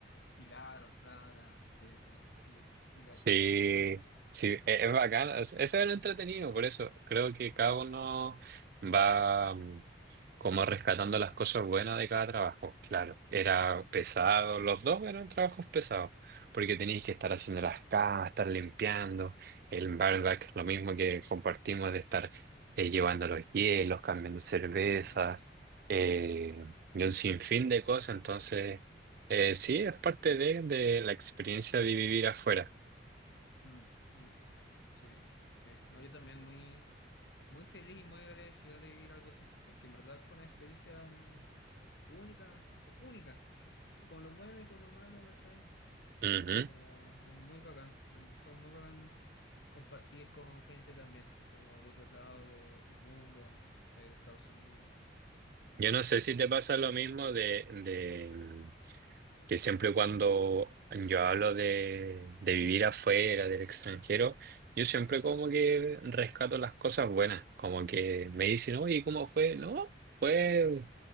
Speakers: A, on the left; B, on the right.
A: cigarros, plata, sí, sí, sí, sí, cacho.
B: Sí,
A: <laughs>
B: sí, e- es bacán. es- Eso es lo entretenido, por eso creo
A: Mm.
B: que cada uno va mm, como rescatando las cosas buenas de cada trabajo. Claro, era
A: Sí,
B: pesado, los dos eran trabajos pesados, porque tenéis que estar haciendo las camas, estar limpiando, el barback, lo mismo que compartimos de estar eh, llevando los hielos, cambiando cervezas,
A: mm,
B: eh, y un sinfín de cosas. Entonces, eh, sí, es parte de de la experiencia de vivir afuera.
A: mm, mm, sí, sí. No, yo también muy, muy feliz y muy agradecido de vivir algo así, porque en verdad fue una experiencia única, así, única, con lo bueno y con lo malo, ¿cachai?
B: Ujú.
A: Pero como mu- muy bacán, em, fue muy bacán compartir con gente también, como de otros lados de- del mundo, ¿cachai? De Estados Unidos, de
B: Yo no
A: hecho,
B: sé
A: mm,
B: si te pasa lo mismo de, de, mm, que siempre cuando yo hablo de, de vivir afuera, del extranjero, yo siempre como que rescato las cosas buenas, como que me dicen, oye, ¿cómo fue? No, fue